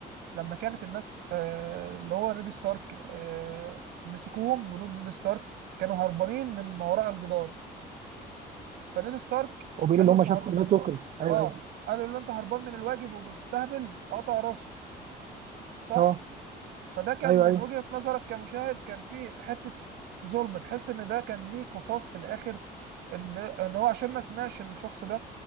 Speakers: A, on the right (about 75°); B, on the right (about 50°).
A: لما كانت الناس آه، اللي هو نيد ستارك آه، مسكوهم جنود نيد ستارك كانوا هربانين من ما وراء الجدار فنيد ستارك
B: وبيقولوا
A: قال
B: ان
A: له
B: هم
A: انت
B: شافوا
A: هرب
B: النت وركرز ايوه
A: اه
B: ايوه
A: قالوا له انت هربان من الواجب وبتستهبل فقطع راسه صح
B: اه
A: فده كان
B: ايوه
A: من
B: ايوه
A: وجهة نظرك كمشاهد كان فيه حتة ظلم تحس ان ده كان ليه قصاص في الاخر ان ان هو عشان ما سمعش الشخص ده